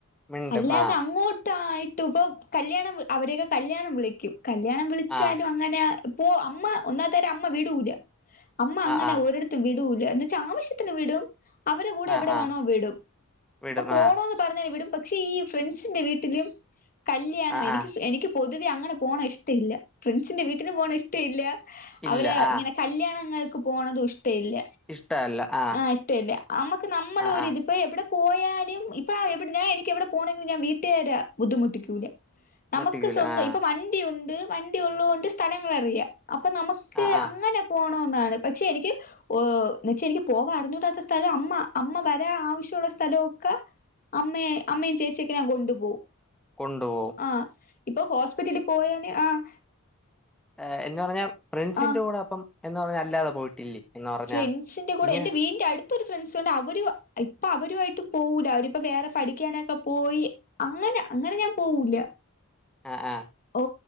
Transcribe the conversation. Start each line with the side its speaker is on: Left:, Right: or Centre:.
Centre: മിണ്ടും
Left: അല്ലാതെ
Centre: ആ
Left: അങ്ങോട്ടായിട്ട് ഇപൊ കല്യാണം അവരെയൊക്കെ കല്ല്യാണം വിളിക്കും കല്യാണം വിളിച്ചാലും
Centre: ആ
Left: അങ്ങനെ ഇപ്പോ അമ്മ ഒന്നാത്തയ്ന് അമ്മ വിടൂല അമ്മ അങ്ങനെ
Centre: ആ ആ
Left: ഒരിടത്തും വിടൂല എന്നെച്ച ആവശ്യത്തിന് വിടും അവരെ കൂടെ
Centre: ആ
Left: എവിടെവേണോ
Centre: ആ
Left: വിടും
Centre: വിടും
Left: ഇപ്പൊ പോണോന്ന്
Centre: ആ
Left: പറഞ്ഞാല് വിടും പക്ഷേ ഈ ഫ്രണ്ട്സിന്റെ വീട്ടിലും കല്യാണം
Centre: ആ
Left: എനിക്ക്
Centre: ആ
Left: എനിക്ക് പൊതുവെ അങ്ങനെ പോണ ഇഷ്ട ഇല്ല ഫ്രണ്ട്സിന്റെ വീട്ടിന് പോണ ഇഷ്ട ഇല്ല
Centre: ഇല്ല
Left: അവരെ
Centre: ആ
Left: ഇങ്ങനെ കല്യാണങ്ങൾക്ക് പോണതു ഇഷ്ട ഇല്ല
Centre: ഇഷ്ടല്ല ആ
Left: ആഹ് ഇഷ്ട്ട ഇല്ല നമ്മക്ക് നമ്മളൊരിത്
Centre: ആ ആ
Left: ഇപ്പ എവിടെ പോയാലും ഇപ്പ എവിടെ ഞാൻ എനിക്ക് എവിടെ പോണെങ്കിലും ഞാൻ വീട്ട്കാരെ ബുദ്ധിമുട്ടിക്കൂല നമുക്ക്
Centre: മുട്ടിക്കൂല
Left: സ്വന്തം
Centre: ആ
Left: ഇപ്പൊ വണ്ടിയുണ്ട് വണ്ടിയുള്ളകൊണ്ട് സ്ഥലങ്ങളറിയ അപ്പൊ നമ ക്ക്
Centre: ആ ആ
Left: അങ്ങനെ പോണോന്നാണ് പക്ഷെ എനിക്ക് ഓഹ് എന്നെച്ച എനിക്ക് പോവാൻ അറിഞ്ഞൂടാത്ത സ്ഥലം അമ്മ അമ്മ വരാ ആവശ്യുള്ള സ്ഥലൊ ഒക്ക അമ്മേ അമ്മേം ചേച്ചിയൊക്കെ ഞാൻ കൊണ്ടു പോവും
Centre: കൊണ്ടോ
Left: ആഹ് ഇപ്പൊ ഹോസ്പിറ്റലി പോയാല് ആഹ്
Centre: ഏഹ് എന്ന്പറഞ്ഞാ ഫ്രണ്ട്സിന്റെ
Left: ആഹ്
Centre: കൂടപ്പം എന്ന് പറഞ്ഞല്ലാതെ പോയിട്ടില്ലേ എന്ന് പറഞ്ഞാ
Left: ഫ്രണ്ട്സിന്റെ കൂടെ
Centre: ഇങ്ങനെ
Left: എന്റെ വീടിന്റട് ഇപ്പൊരു ഫ്രണ്ട്സ്ണ്ട് അവര് ഇപ്പൊ അവരുആയിട്ട് പോവൂല അവരിപ്പൊ വേറെ പഠിക്കാനൊക്കെ പോയി അങ്ങനെ അങ്ങനെ ഞാൻ പോവൂല
Centre: ആഹ് ആഹ്
Left: ഓ